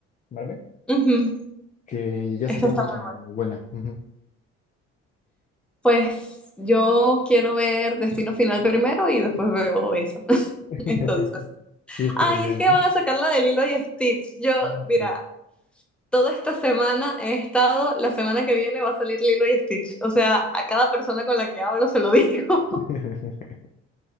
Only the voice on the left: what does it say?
Marvel,
que ya
sacaron
una
buena. Ujú.
<laughs>
Sí, es prioridad,
¿no?
Ah,
también.
<laughs>